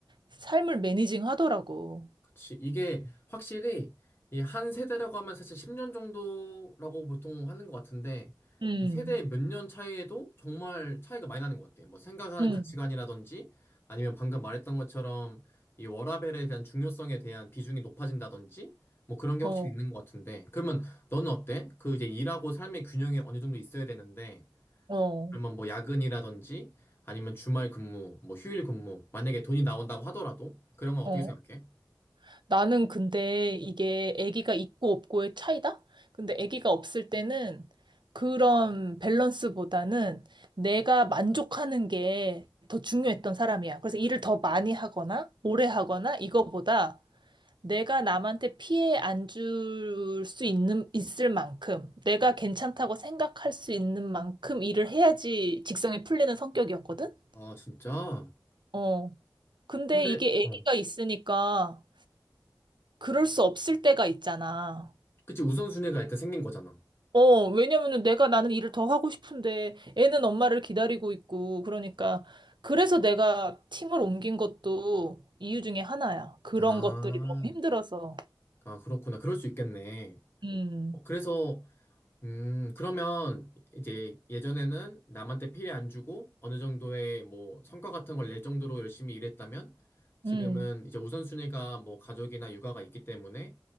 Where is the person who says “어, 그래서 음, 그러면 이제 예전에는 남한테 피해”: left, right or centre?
Left